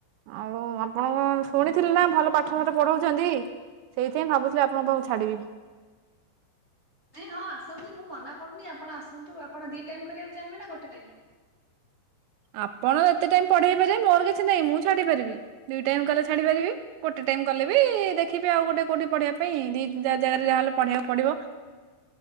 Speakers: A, on the right (about 80°); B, on the left (about 20°).
A: ଆଉ ଆପଣଙ୍କ ଶୁଣିଥିଲି ନା ଭଲ ପାଠ ପାଠ ପଢଉଛନ୍ତି। ସେଇଥିପାଇଁ ଭାବୁଥିଲି ଆପଣଙ୍କ ପାଖକୁ ଛାଡ଼ିବି।
B: ନାଇଁ ହଁ ଆସନ୍ତୁ ମୁଁ ମନା କରୁନି ଆପଣ ଆସନ୍ତୁ ଆପଣ ଦି ଟାଇମ କରିବାକୁ ଚାହିଁବେ ନା ଗୋଟେ ଟାଇମ୍।
A: ଆପଣ ଯେତେ ଟାଇମ ପଢେଇ ପାରିବେ ମୋର କିଛି ନାହିଁ ମୁଁ ଛାଡ଼ି ପାରିବି ଦିଇ ଟାଇମ୍ କହିଲେ ଛାଡ଼ିପାରିବି। ଗୋଟେ ଟାଇମ କଲେ ବି ଦେଖିବି ଆଉ ଗୋଟେ କୋଉଠି ପଢେଇବା ପାଇଁ ଦି ଜାଗାରେ ଯାହାହେଲେ ପଢେଇବାକୁ ପଡିବ।